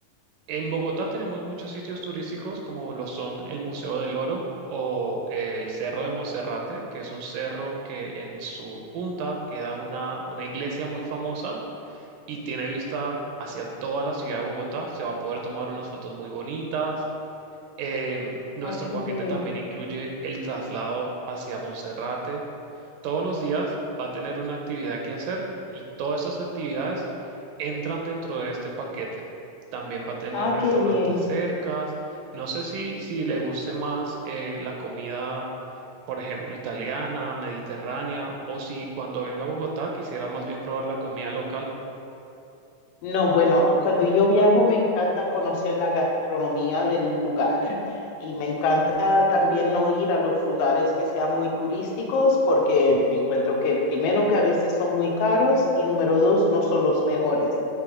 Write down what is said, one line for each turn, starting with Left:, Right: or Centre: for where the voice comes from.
Right: En Bogotá tenemos muchos sitios turísticos como lo son el Museo del Oro o el Cerro de Monserrate, que es un cerro que en su punta queda una, una iglesia muy famosa y tiene vista hacia toda la ciudad de Bogotá. Se va a poder tomar unas fotos muy bonitas. Em, nuestro
Left: Ah, qué
Right: paquete
Left: bien.
Right: también incluye el traslado hacia Monserrate. Todos los días va a tener una actividad que hacer y todas estas actividades entran dentro de este paquete. También va a tener
Left: Ah,
Right: restaurantes
Left: qué bien.
Right: cercas. No sé si, si le guste más eh, la comida, por ejemplo, italiana, mediterránea, o si cuando venga a Bogotá quisiera más bien probar la comida local.
Left: No, bueno, cuando yo viajo me encanta conocer la gastronomía del lugar y me encanta también no ir a los lugares que sean muy turísticos porque encuentro que primero que a veces son muy caros y número dos no son los mejores.